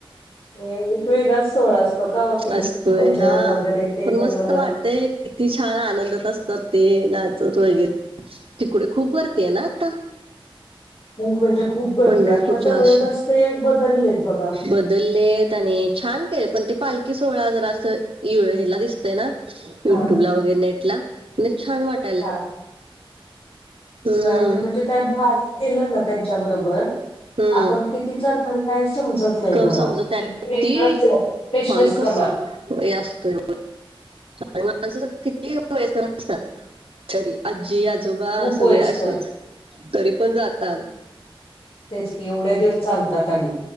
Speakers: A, on the left (about 85°); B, on the right (about 70°).
A: एक वेगळा सोहळा असतो का हो ते
B: असतोय
A: भजन
B: हा
A: वगैरे ते
B: पण
A: सगळं.
B: मस्त वाटतय किती छान आनंदात असतात ते नाचत वगैरे. तिकडे खूप वरतीय ना आता.
A: खूप म्हणजे खूप गर्दी
B: पंढरपूरच्या
A: आता सगळे
B: अशी
A: रस्ते बदललेत बघा.
B: बदललेत आणि छान के पण ते पालखी सोहळा जरा अस हेला दिस तय ना
A: हा
B: युट्यूब ला वगरे नेटला म्ह छान वाट
A: हा
B: हम्म
A: ब तर म्हणजे त्या वारीत गेलं ना त्यांच्याबरोबर
B: हम्म
A: आपण किती चालणार काय समजत नाही
B: कम
A: बघा
B: समजत
A: इत वेळच
B: ती
A: फेशनेसपणा.
B: आणि कस असतोय आणि माणसं तर किती वयस करत असतात तरी आजी आजोबा
A: हू पोयचकर.
B: सगळे असेच तरी पण जातात
A: तेच की एवढे दिवस चालतात आणि